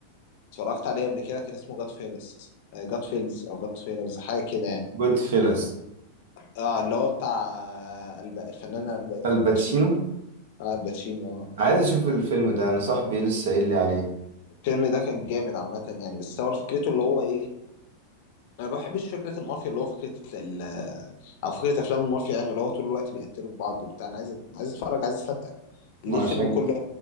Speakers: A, on the left; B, on the right.
A: اتفرجت عليه قبل كده كان اسمه جاد فيلز جاد فيلز او جاد فيلرز حاجه كده يعني
B: جود فيلس
A: اه اللي هو بتاع الب- الفنان الب-
B: الباتشينو
A: الباتشينو اه الباتشينو اه
B: عايز اشوف الفيلم ده انا صاحبي لسه قايل لي عليه
A: الفيلم ده كان جامد عامه يعني بس هو فكرته اللي هو ايه انا ما بحبش فكره المافيا اللي هو فكره ال- او فكره افلام المافيا يعني اللي هو طول الوقت بيقتلوا في بعض وبتاع انا عايز عايز اتفرج عايز استمتع
B: ما
A: ليه الفيلم
B: عشان
A: كله